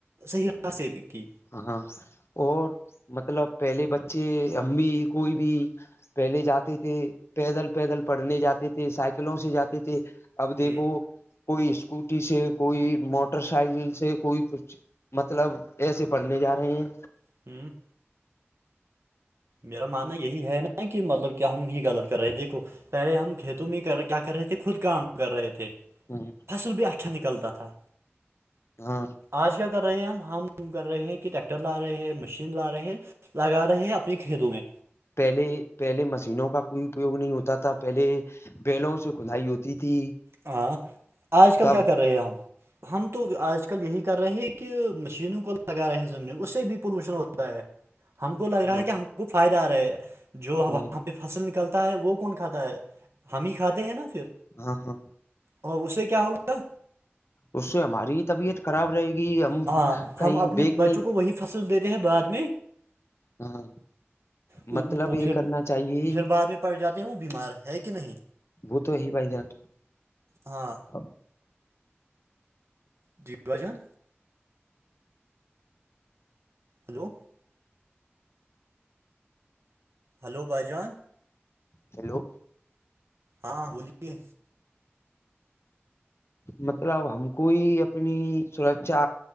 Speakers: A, on the right; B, on the left.
A: سح ہو کہ
B: ہاں ہاں اور مطلب پہلے بچے امی کوئی بھی پہلی جاتی تھی پیدل پیدل پڑھنے جاتی تھی سائیکلوں سے جاتی تھی اب دیکھو
A: ہوں
B: کوئی اسکوٹی سے کوئی موٹر سائیکل سے کوئی کچھ مطلب ایسے پڑھنے جا رہے ہیں
A: <inaudible> میرا ماننا یہی ہے نا کہ مطلب کہ ہم ہی غلط کر رہے ہیں دیکھو پہلے ہم کھیتوں میں ہی کر کیا کر رہے تھے خود کام کر رہے تھے
B: <inaudible>
A: فصل بھی اچھا نکلتا تھا
B: ہاں
A: آج کیا کر رہے ہیں ہم ہم کر رہے ہیں کہ ٹریکٹر لا رہے ہیں مشین لا رہے ہے لگا رہے ہیں اب میں کے دوں گے
B: پہلے پہلے مشینوں کا کوئی اپیوگ نہیں ہوتا تھا پہلے بیلوں سے کھدائی ہوتی تھی
A: ہاں آج کل
B: تب
A: کیا کر رہے ہیں ہم ہم تو آج کل ل یہی کر رہے ہیں کہ مشینوں کو لگا رہے زمین اس سے بھی پولوشن ہوتا ہے ہم کو لگ رہا
B: بھائی
A: ہے کہ ہم کو فائدہ آ رہا ہے جو وہاں
B: ہ
A: پہ فصل نکلتا ہے وہ کون کھاتا ہے ہم ہی کھاتے ہیں نا پھر
B: ہاں ہاں
A: اور اس سے کیا ہوگا
B: اس سے ہماری طبیعت خراب رہے گی ہم
A: ہاں
B: کہیں
A: ہم اپنے
B: بییکنے
A: بچوں کو وہی فصل دیتے ہیں بعد میں
B: ہاں
A: وہ
B: مطلب یہ
A: پھر
B: کرنا چاہیے
A: پھر بعد میں پڑ جاتے ہیں وہ بیمار ہے کہ نہیں
B: وہ تو ہیی بھائی جان
A: ہاں
B: اب
A: جی بھا جان ہلو ہلو بھائی جان
B: ہیلو
A: ہاں بولیے
B: مطلب ہم کوئی اپنی سرچا